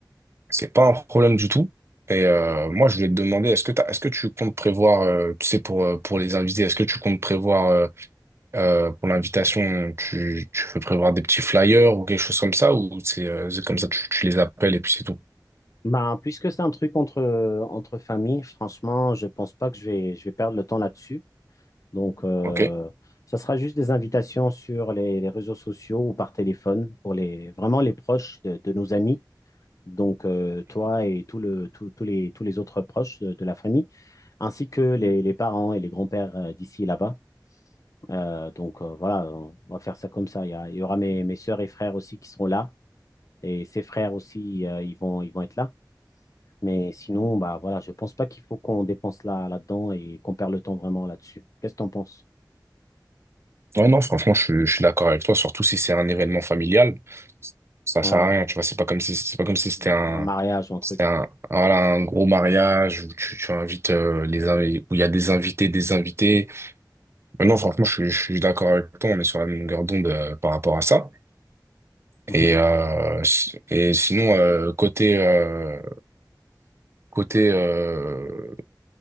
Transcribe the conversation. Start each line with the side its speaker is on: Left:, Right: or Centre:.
Right: C'est pas un problème du tout. Et euh, moi, je voulais te demander, est-ce que t'as- est-ce que tu comptes prévoir, euh, tu sais, pour, euh, pour les invités, est-ce que tu comptes prévoir euh, euh, pour l'invitation, tu, tu veux prévoir des petits flyers ou quelque chose comme ça, ou c'est euh, c'est comme ça, tu, tu les appelles et puis c'est tout.
Left: Ben, puisque c'est un truc entre, entre familles, franchement, je pense pas que je vais, je vais perdre le temps là-dessus. Donc, euh,
Right: OK?
Left: ça sera juste des invitations sur les, les réseaux sociaux ou par téléphone pour les, vraiment les proches de, de nos amis. Donc, euh, toi et tout le, tout- tous les, tous les autres proches de, de la famille, ainsi que les, les parents et les grands-pères euh, d'ici et là-bas. Euh, donc, euh, voilà, on va faire ça comme ça. Il y a- il y aura mes, mes sœurs et frères aussi qui seront là. Et ses frères aussi, euh, ils vont, ils vont être là. Mais sinon, bah voilà, je pense pas qu'il faut qu'on dépense là, là-dedans et qu'on perd le temps vraiment là-dessus. Qu'est-ce que t'en penses?
Right: Ouais, non, franchement, je, je suis d'accord avec toi, surtout si c'est un événement familial. Ça
Left: Ouais,
Right: sert à rien, tu vois, c'est pas comme si, c'est pas comme si c'était
Left: un,
Right: un,
Left: un mariage ou un
Right: c'était
Left: truc.
Right: un, voilà, un gros mariage où tu, tu invites, euh, les, invi- où il y a des invités, des invités. Mais non, franchement, je, suis- je suis d'accord avec toi, on est sur la même longueur d'onde, euh, par rapport à ça.
Left: Mhm.
Right: Et, euh, s- et sinon, euh, côté, euh, côté, euh,